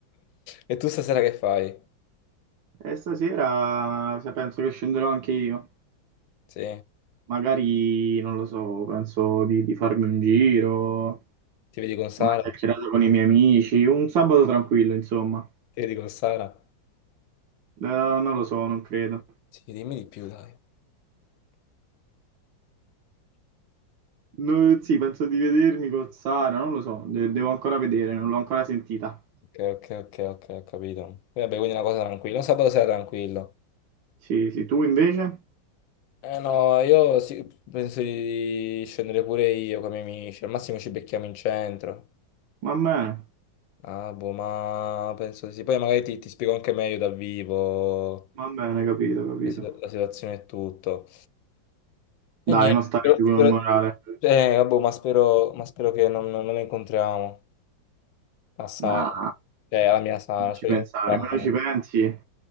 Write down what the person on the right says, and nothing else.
E stasera se penso che scenderò anche io.
Magari, non lo so, penso di, di farmi un giro,
una chiacchierata con i miei amici, un sabato tranquillo, insomma.
Eh, non lo so, non credo.
No, sì, penso di vedermi con Sara, non lo so, de- devo ancora vedere, non l'ho ancora sentita.
Sì, sì, tu invece?
Va bene,
va bene, capito, capito.
Dai,
non stare
giù
con il morale.
No,
non ci
pensare,
meno ci pensi,